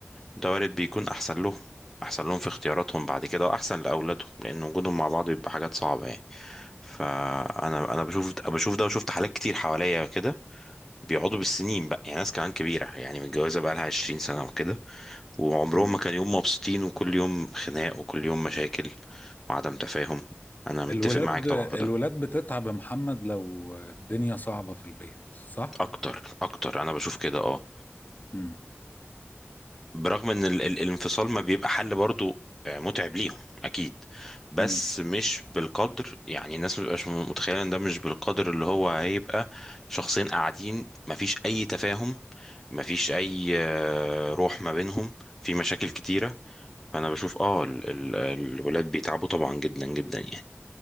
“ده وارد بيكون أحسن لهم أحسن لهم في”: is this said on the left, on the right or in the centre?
Centre